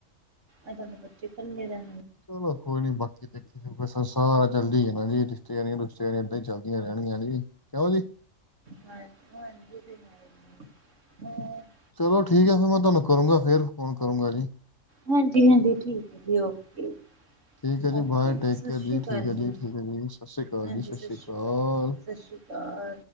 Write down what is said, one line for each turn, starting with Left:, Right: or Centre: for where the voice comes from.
Right: ਅਜ-ਕਲ ਦੇ ਬੱਚੇ ਕਲੇ ਕੇ
Left: ਚਲੋ ਕੋਈ ਨੀ, ਬਾਕੀ ਦੇਖੀ ਜ ਹਾਂ ਚਲਦੀ ਹੈ ਨਾ ਜੀ, ਰਿਸ਼ਤੇਦਾਰਿਆਂ-ਰੁਸ਼ਤੇਦਾਰਿਆਂ ਏਦਾਂ ਹੀ ਚਲਦੀਆਂ ਰਹਿਣਗੀਆਂ ਜੀ, ਕਿਯੋ ਜੀ
Right: ਹਾਂ ਹਾਂਜੀ ਹ ਹ <unintelligible>
Left: ਚਲੋ ਠੀਕ ਹੈ, ਫਿਰ ਮੈਂ ਤੁਹਾਨੂੰ ਕਰੂੰਗਾ, ਫੇਰ ਫੋਨ ਕਰੂੰਗਾ ਜੀ।
Right: ਹਾਂਜੀ-ਹਾਂਜੀ ਠੀਕ ਹੈ ਜੀ, ਓਕੇ-ਓਕੇ
Left: ਠੀਕ ਹੈ ਬਾਏ
Right: ਜੀ,
Left: ਟੇਕ
Right: ਸਤਿ
Left: ਕੇਅਰ
Right: ਸ਼੍ਰੀ
Left: ਜੀ
Right: ਅਕਾਲ
Left: ਠੀਕ ਹੈ
Right: ਜੀ।
Left: ਠੀਕ ਸਤਿ ਸ਼੍ਰੀ ਅਕਾਲ
Right: ਹਾਂਜੀ
Left: ਜੀ, ਸਤਿ ਸ਼੍ਰੀ ਅਕਾਲ
Right: ਸਤਿ ਸ਼੍ਰੀ ਅਕਾਲ